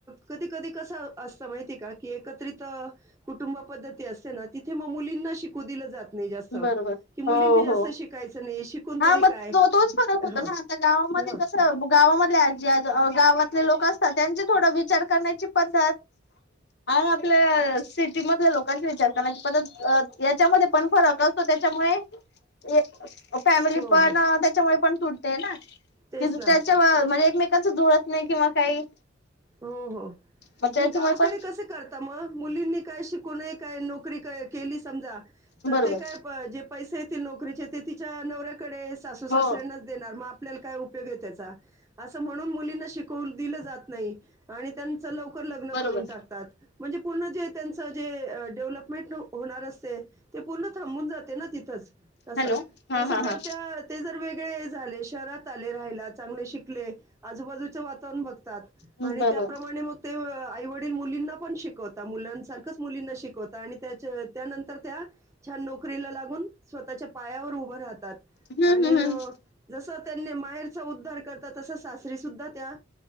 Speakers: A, on the right (about 15°); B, on the left (about 55°).
A: कधी कधी कसं असतं माहिती आहे का? की एकत्रित अं कुटुंब पद्धती असते ना, तिथे मग मुलींना शिकू दिलं जात नाही जास्त,
B: बरोबर
A: की मुलींनी
B: हो
A: जास्त
B: हो
A: शिकायचं नाही शिकून
B: हा
A: तरी
B: मग
A: काय?
B: तो तोच फरक होतो
A: हं
B: ना आता गावामध्ये
A: हं
B: गावामधले आजी आ गावातले लोक असतात, त्यांचे थोडं विचार करण्याची पद्धत आणि आपल्या सिटी मधल्या लोकांचे विचार करण्याची पद्धत याच्यामध्ये पण फरक असतो त्याच्यामुळे हे फॅमिली
A: हो,
B: पण
A: हो.
B: त्याच्यामुळे पण तुटते ना?
A: तेच
B: त्याच्यावर
A: ना.
B: म्हणजे एकमेकांच जुळत नाही किंवा काही.
A: हो, हो
B: मग त्याच्यामुळे
A: नाही गावाकडे
B: पण
A: कसं करता मग, मुलींनी काय शिकूू नये, काय नोकरी केली समजा तर
B: बरोबर
A: ते काय जे पैसे येतील नोकरीचे, ते तिच्या नवऱ्याकडेच सासू सासऱ्यांनाच
B: हो
A: देणार मग आप आपल्याला काय उपयोग आहे त्याचा, असं म्हणून मुलींना शिकवु दिलं जात नाही. आणि त्यांचं लवकर लग्न
B: बरोबर
A: करून टाकतात. म्हणजे पूर्ण जे, त्यांचं जे डेव्हलपमेंट होणार असते. ते पूर्ण थांबून जाते ना तिथंच, असं
B: हॅलो हा
A: तसं
B: हा
A: जर
B: हा
A: त्या ते जर वेगळे झाले, शहरात आले राहायला, चांगले शिकले. आजूबाजूच वातावरण बघतात.
B: बरोबर
A: आणि त्याप्रमाणे मग ते आईवडील मुलींना पण शिकवता, मुलांसारखंच मुलींना शिकवता आणि त्या त्यानंतर त्या छान नोकरीला लागून, स्वतःच्या पायावर उभं राहतात.
B: हम्म
A: आणि
B: हम्म हम्म
A: जसं त्यांनी माहेरचा उद्धार करतात, तस सासरी सुद्धा त्या